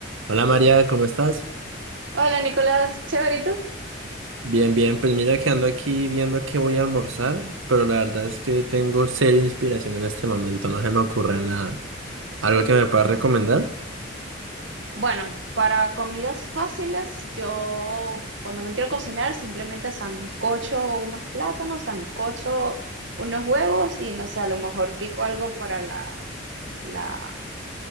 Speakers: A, on the right; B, on the right.
A: Hola María, ¿cómo estás?
B: Hola Nicolás, chévere, ¿y tú?
A: Bien, bien, pues mira que ando aquí viendo qué voy a almorzar, pero la verdad es que tengo seria inspiración en este momento, no se me ocurre nada. ¿Algo que me puedas
B: Ah,
A: recomendar?
B: Bueno, para comidas fáciles, yo cuando no quiero cocinar, simplemente sancocho unos plátanos, sancocho unos huevos y no sé, a lo mejor pico algo para la, la